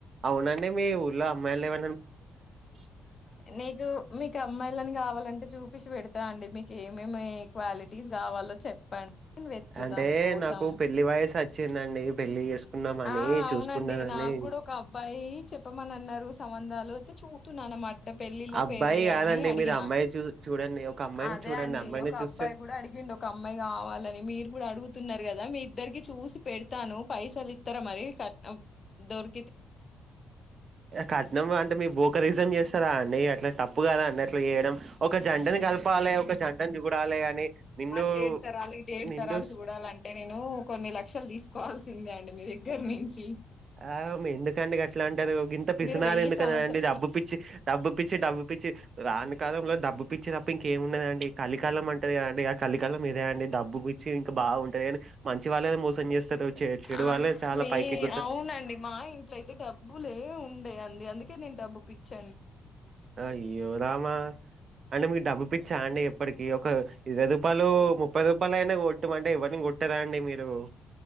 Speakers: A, on the right (about 50°); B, on the left (about 35°).
A: అవునండి మీ ఊర్లో అమ్మాయిలు ఏవ
B: నీకు మీకు అమ్మాయిలని కావాలంటే చూపిించి పెడతా అండి మీక ఏమేమి క్వాలిటీస్ కావాలో చెప్ప చెప్పండీ వెతుకుతాం
A: అంటే
B: మీ కోసం
A: నాకు పెళ్లి వయసు వచ్చిందండి పెళ్లి చేసుకుందామని
B: ఆ అవునండి
A: చూసుకున్నానని
B: నాకు కూడా ఒక అబ్బాయి చెప్పమని అన్నారు సంబంధాలు అలాగైతే చూడు న్నాన్నమాట పెళ్ళిళ
A: అబ్బాయి
B: పేరయ్యా
A: కాదండి
B: అని అడిగిన
A: మీరు అమ్మాయి చూ చూడండి ఒక అమ్మాయిని
B: అదే
A: చూడండి
B: అండి
A: అమ్మాయిని
B: ఒక
A: చూస్తే
B: అబ్బాయి కూడా అడిగిండి ఒక అమ్మాయి కావాలని మీరు కూడా అడుగుతున్నారు కదా మీ ఇద్దరికి చూసి పె తను పైసలి ఇత్తర మరిీ క దొర్
A: కట్నం అంటే మీ బో ఒకరిజ ఎస్ ా అండి అట్లా తప్పు కదా అండి అట్లా చేయడం ఒక జ జంటను కలపాలే ఒక జంటను చూడాలే అని నిండు
B: అటే ఏడు తరాలు ఇటు ఏడు
A: నిండు
B: తరాలు చూడాలంటే నేను కొన్ని లక్షలు తీసుకు కావాల్సిందే అండి మీ దగ్గర నుంచి
A: ఆ ఎందుకండి గట్లా అంటరూ ఇంత పిసినారి
B: మీరు వెయ్యి
A: ఎందుక
B: సంవత్సర
A: అండి డబ్బు పిచ్చి డబ్బు పిచ్చి డబ్బు పిచ్చి రాని కాలంలో డబ్బు పిచ్చినప్పు ఇంకేమున్నదండి కలికాలం అంటంది కదండి కలికాలం మీదే అండి డబ్బు చే ఇంకా బాగుంటుంది కానీ మంచి వాళ్ళ మోసం చేస్తారు చె చెడు
B: ఆ
A: వాళ్లే చాలా
B: మీ
A: పైకి ఎ
B: అవునండి మా ఇంట్లో అయితే డబ్బులే ఉండేయి అందుకని నేన్ డబ్బు పిచ్చే
A: అ ఇ ఆ మా అంటే మీకు డబ్బు పిచ్చా అండి ఎప్పటికి ఒక ఇరవై రూపాయలు ముప్పై రూపాయలు అయినా కొట్టటు అంటే ఎవ్వరిని కొట్టదా అండి మీరు